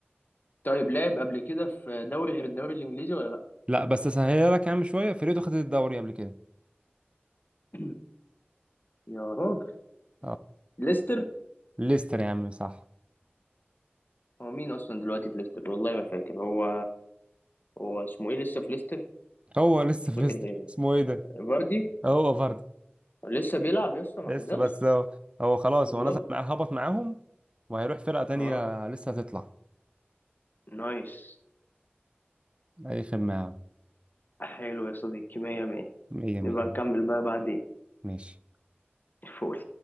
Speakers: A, on the left; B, on the right.
A: طيب لعب قبل كده في دوري غير الدوري الانجليزي ولا لا؟
B: لا بس اسهلها لك يا عم شويه فرقته خدت الدوري قبل كده
A: <clears throat> يا راجل
B: آه.
A: ليستر
B: ليستر يا عم صح
A: هو مين اصلا دلوقتي في ليستر والله ما فاكر هو هو اسمه ايه لسه في ليستر
B: هو لسه
A: مش
B: في
A: فاكر
B: ليستر
A: غيره
B: اسمه ايه ده
A: فاردي
B: هو برضه
A: لسه بيلعب يا اسطى ما
B: لسه
A: اعتزلش
B: بس هو, هو خلاص
A: والله
B: هو نزل مع هبط معاهم وهيروح فرقه تانية
A: اه
B: لسه هتطلع
A: نايس
B: اي خدمه يا عم.
A: حلو يا صديقي مية مية
B: مية مية
A: نبقى نكمل بقى بعدين
B: ماشي
A: فول